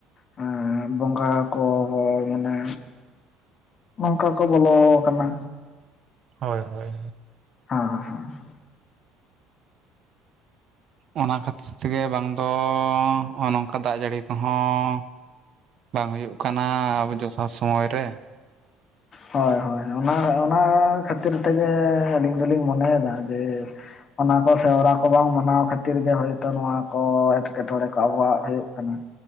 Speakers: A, on the left; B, on the right.
A: ᱦᱮᱸ ᱵᱚᱸᱜᱟ ᱠᱚ ᱢᱟᱱᱮ ᱱᱚᱝᱠᱟ ᱠᱚ ᱵᱚᱞᱚ ᱠᱟᱱᱟ
B: ᱦᱚᱭ ᱦᱚᱭ
A: ᱦᱟᱸ ᱦᱟᱸ <unintelligible>
B: ᱚᱱᱟ ᱠᱷᱟᱹᱛᱤᱨ ᱛᱮᱜᱮ ᱵᱟᱝ ᱫᱚ ᱚᱱᱚᱝᱠᱟ ᱫᱟᱜ ᱡᱟᱹᱲᱤ ᱠᱚ ᱦᱚᱸ ᱵᱟᱝ ᱦᱩᱭᱩᱜ ᱠᱟᱱᱟ ᱟᱵᱚ ᱡᱚᱥᱟ ᱥᱚᱢᱚᱭ ᱨᱮ
A: ᱦᱚᱭ ᱦᱚᱭ ᱚᱱᱟ ᱚᱱᱟ ᱠᱷᱟᱹᱛᱤᱨ ᱛᱮᱜᱮ ᱟᱹᱞᱤᱧ ᱫᱚᱞᱤᱧ ᱢᱚᱱᱮᱭᱮᱫᱟ ᱡᱮ ᱚᱱᱟ ᱠᱚ ᱥᱮᱣᱨᱟ ᱠᱚ ᱵᱟᱝ ᱢᱟᱱᱟᱣ ᱠᱷᱟᱹᱛᱤᱨ ᱜᱮ ᱦᱚᱭ ᱛᱚ ᱱᱚᱣᱟ ᱠᱚ ᱮᱸᱴᱠᱮᱴᱚᱬᱮ ᱠᱚ ᱟᱵᱚᱣᱟᱜ ᱦᱩᱭᱩᱜ ᱠᱟᱱᱟ᱾